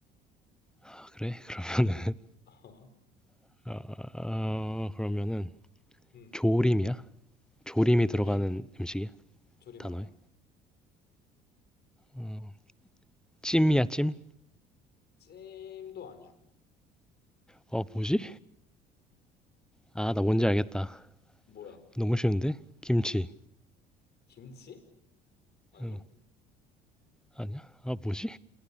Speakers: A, in the centre; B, on the left.
A: 아, 그래? 그러면은
B: <laughs> 어.
A: <laughs> 아, 아, 그러면은
B: 음,
A: 조림이야? 조림이
B: 조림
A: 들어가는 음식이야?
B: 조림
A: 단어에?
B: 아니야.
A: 음, 찜이야, 찜?
B: 찜도 아니야.
A: 어, 뭐지? 아, 나 뭔지 알겠다.
B: 뭐야?
A: 너무 쉬운데? 김치.
B: 김치? 아니?
A: 어, 아니야? 아, 뭐지?